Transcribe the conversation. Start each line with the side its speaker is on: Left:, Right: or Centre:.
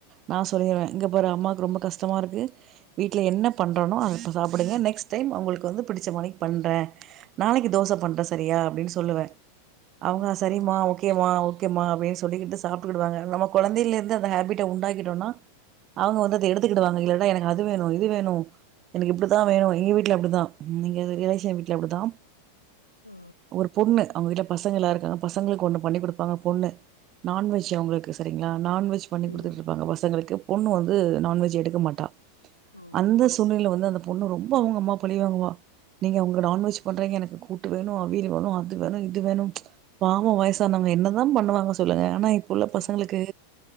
Right: நான் சொல்லிருவேன் இங்க பாரு அம்மாவுக்கு ரொம்ப கஷ்டமா இருக்கு வீட்ல என்ன பண்றனோ அத இப்ப சாப்டுங்க நெக்ஸ்ட் டைம் உங்களுக்கு வந்து பிடிச்ச மானிக்கு பண்றேன் நாளைக்கு தோச பண்றேன் சரியா அப்டின்னு சொல்லுவேன் அவ்ங்க
Left: ஓகே.
Right: சரிமா ஓகே மா ஓகேமா அப்படின்னு சொல்லிகிட்டு சாப்பிட்டுவாங்க நம்ம குழந்தையில இருந்து அந்த ஹேபிட்டை உண்டாக்கிட்டோம்னா அவங்க வந்து அதை எடுத்துக்கிடுவாங்க இல்லனா எனக்கு அது வேணும் இது வேணும் எனக்கு இப்படித்தான் வேணும் எங்க வீட்டுல அப்படிதான் எங்க ரிலேஷன் வீட்டுல அப்படிதான்
Left: ஆ
Right: ஒரு பொண்ணு <unintelligible> பர்ஸ் <unintelligible> லாருகாங்க பசங்களுக்கு ஒன்னு பண்ணி கொடுப்பாங்க பொண்ணு நான்வெஜ் அவுங்களுக்கு செரிங்களா நான்வெஜ் பண்ணி
Left: ம்.
Right: கொடுத்துட்டு இருப்பாங்க பசங்களுகு பொண்ணு வந்து நான்வெஜ் எடுக்க மாடா
Left: ஓ!
Right: அந்த சூழ்நிலை வந்த அந்த பொ பொண்ணு ரொம்பவு அவ்ங்க அம்மா பழிவாங்குவா நீங்க அவங்க நான்வெஜ் பண்றீங்க எனக்கு கூட்டு வேணு அவியல் வேணு அது வேணும் இது வேணும் பாவம் வயசானாவங்க என்னதா பண்ணுவாங்க சொல்லுங்க ஆனா இப்புள்ள பசங்களுக்கு
Left: ஆ